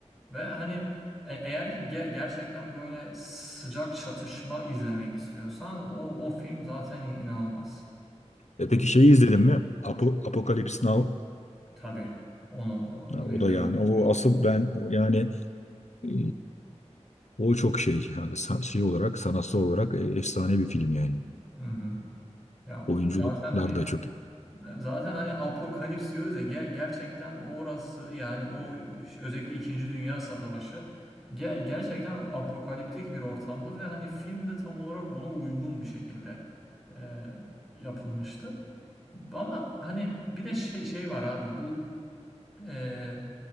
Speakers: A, in the centre; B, on the left.
A: Ve hani e- eğer ki ge- gerçekten böyle sıcak çatışma izlemek istiyorsan o o film zaten in- inanılmaz.
B: E
A: Yani,
B: peki şeyi izledin mi? Apo, Apocalypse Now.
A: tabii onu onu
B: Ha, o
A: izlemesi
B: da yani
A: olur
B: o asıl ben yani e, o çok şey yani sa- şey olarak sanatsal olarak e, efsane bir film yani.
A: Hı hı. Ya
B: Oyunculuklar
A: zaten hani
B: da çok
A: Zaten hani apokalips diyoruz ya ge- gerçekten orası yani o ş- özellikle İkinci Dünya Savaşı ge- gerçekten apokaliptik bir ortamdı ve hani film de tam olarak ona uygun bir şekilde e, yapılmıştı. Ama hani bir de şey, şey var abi bu e,